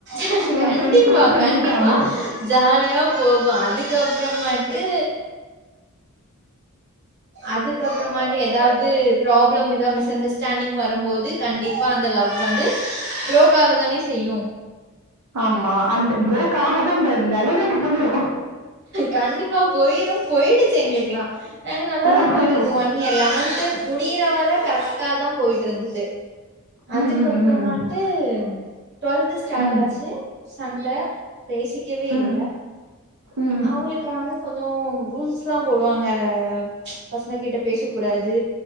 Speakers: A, on the right; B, on the right.
A: கண்
B: என்
A: கண்டிப்பா
B: ஃப்ரெண்ட்ஸ்லா சொல்லிருக்காங்க
A: கண்டிப்பா ஜாலியா போகு அதுக்கப்புறமேட்டு அதுக்கப்புறமாட்டு எதாவது ப்ராப்ளம் எதா மிஸ் அண்டர்ஸ்டாண்டிங் வரும்போது கண்டிப்பா அந்த லவ் வந்து ப்ரோக் ஆகதான செய்யு
B: ஆமா அந்த ப்ரோக் ஆகாத அந்த நெலமைக்கு போயிடு
A: கண்டிப்பா போயிரு போயிடுச்சு எங்களுக்கெல்லா ஆ நல்லாதா
B: ஓஹோ
A: போயிட்ருந்துது ஒன் இயர் லெவன்த்து முடியிற வர கரெக்டாதா போயிட்ருந்துது அதுக்கப்புறமாட்டு
B: ம் ம் ம்
A: டு்வெல்த்து ஸ்டார்ட்
B: ம்
A: ஆச்சு சண்ட பேசிக்கவே
B: ம்
A: இல்ல
B: ம்
A: அவங்களுக்கு வந்து கொஞ்சோ ரூல்ஸ் லா போடுவாங்க பசங்ககிட்ட பேசக்கூடாது